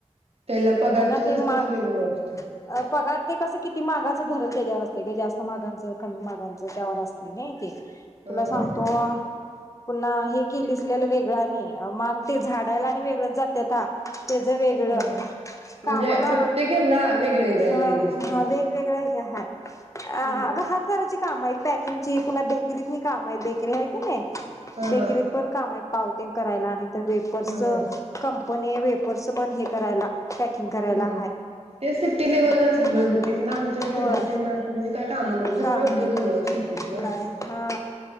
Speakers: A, on the right; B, on the left.
A: त्याल पगार
B: पुन्हा
A: त्योच
B: ते
A: असतोय
B: माग
A: का कमी पडतोय.
B: अ पगार ते कसं किती मागाचं धरल त्याच्यावर असते का जास्त मागांचं कमी मागांचं त्यावर असते नाही ते.
A: हा
B: तुला सांगतो.
A: हा
B: पुन्हा हे किलीसल्यालं वेगळं आणि मग ते झाडायला आणि वेगळंच जात्याता त्याच वेगळं
A: ह ह म्हणजे
B: कामाला
A: प्रत्येक ह्याला वेगवेगळ्या लेडीज
B: अ
A: ते हम्म
B: वेगवेगळं हे हाय हा
A: हम्म
B: हा अगं हात धरायची काम आहे पॅकिंग ची पुन्हा बेकरीतली काम आहे बेकरी आहे की नाही
A: हा
B: बेकरीत
A: हा
B: पण काम आहेत पावते करायला आणि वेपर्सचं
A: हम्म हम्म
B: कम पण हे वेपर्सचं पण हे करायला. पॅकिंग करायला
A: ह ह ते सिटी लेव्हलला
B: हाईत
A: सगळंच येत इकडं आमच्या
B: होय
A: खेड्यात ना अ म्हणजे काही काम
B: सामान्यत
A: दुसरा उद्योग नाही शेतीशिवाय
B: नाही हा